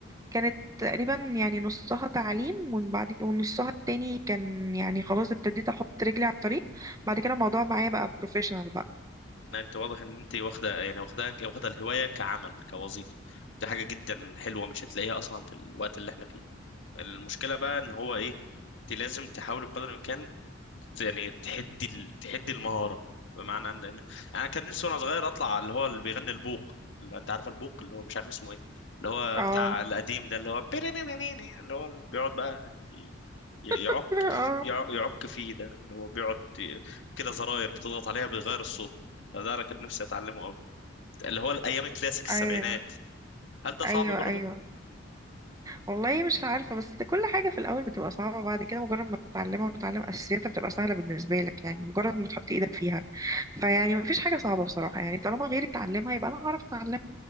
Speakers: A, on the right; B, on the left.
A: كانت تقريبا يعني نصها تعليم ومن بعد ونصها التاني كان يعني خلاص ابتديت احط رجلي على الطريق بعد كده الموضوع معايا بقى بروفيشنال بقى
B: لا، انت واضح ان انت واخده يعني واخده واخده الهوايه كعمل كوظيفه دي حاجه جدا حلوه مش هتلاقيها اصلا في الوقت اللي احنا فيه المشكله بقى ان هو ايه انت لازم تحاولي بقدر الامكان يعني تحدي ال- تحدي المهارة بمعنى ان إن- انا كان نفسي وانا صغير اطلع اللي هو اللي بيغني البوق اللي انت عارف البوق اللي هو مش عارف اسمه ايه اللي هو
A: اه
B: بتاع القديم ده اللي هو بيرينينينيني، اللي هو اللي بيقعد بقى ي- يعك
A: <laughs> اه
B: يع- يعك فيه ده اللي هو بيقعد ي- كده زراير بتضغط عليها بيغير الصوت فده انا كان نفسي اتعلمه قوي اللي هو الايام الكلاسيك السبعينات
A: ايوه
B: هل ده
A: ايوه
B: صعب برضه
A: ايوه والله مش عارفة بس كل حاجة في الأول بتبقى صعبة وبعد كده مجرد ما تتعلمها وتتعلم أساسياتها بتبقى سهلة بالنسبة لك يعني مجرد ما تحط إيدك فيها فيعني مفيش حاجة صعبة بصراحة يعني طالما غيري اتعلمها يبقى أنا هعرف أتعلم